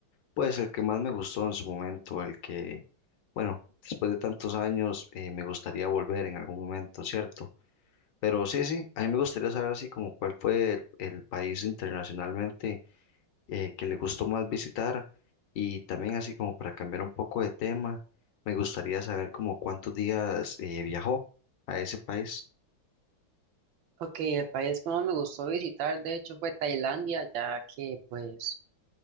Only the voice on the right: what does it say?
Ok, el país que más me gustó visitar, de hecho, fue Tailandia, ya que pues